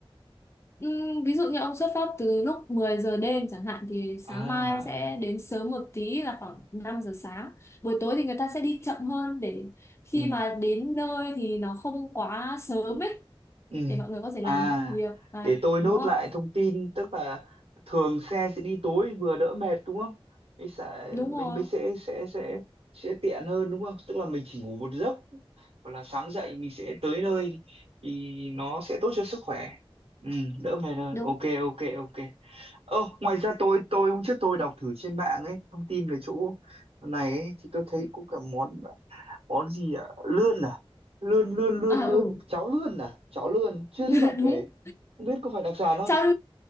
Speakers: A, on the left; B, on the right.
A: Ừm, ví dụ như ông xuất phát từ lúc 10 giờ đêm chẳng hạn thì
B: À,
A: sáng mai sẽ đến sớm một tí là khoảng năm giờ sáng buổi tối thì người ta sẽ đi chậm hơn để khi
B: ừ.
A: mà đến nơi thì nó không quá sớm ấy
B: Ừ.
A: để mọi người có thể
B: À,
A: làm việc và
B: để tôi
A: đúng
B: nốt
A: không
B: lại thông tin tức là thường xe sẽ đi tối vừa đỡ mệt đúng không? Mới sẽ
A: đúng
B: mình
A: rồi
B: mới sẽ sẽ sẽ sẽ tiện hơn đúng không? Tức là mình chỉ ngủ một giấc hoặc là sáng dậy mình sẽ tới nơi thì, thì nó sẽ tốt cho sức khỏe. Ừ, đỡ mệt hơn.
A: đúng
B: Ok ok ok. Ơ, ngoài ra tôi tôi hôm trước tôi đọc thử trên mạng ấy thông tin về chỗ này ấy, thì tôi thấy cũng cả món món gì ạ lươn à lươn lươn lươn
A: À
B: lươn
A: ừ,
B: cháo lươn à cháo lươn chưa
A: <laughs>
B: thấy bà
A: đúng.
B: kể không biết có phải đặc sản không
A: Cháo